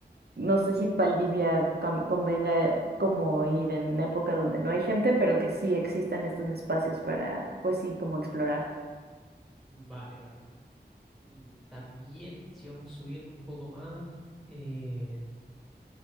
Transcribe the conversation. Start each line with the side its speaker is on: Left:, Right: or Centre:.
Right: no sé si Valdivia cam- convenga como ir en época donde no hay gente, pero que sí existan estos espacios para, pues sí, como explorar.
Centre: Vale, vale. Mm, También, si vamos subiendo un poco más, eh,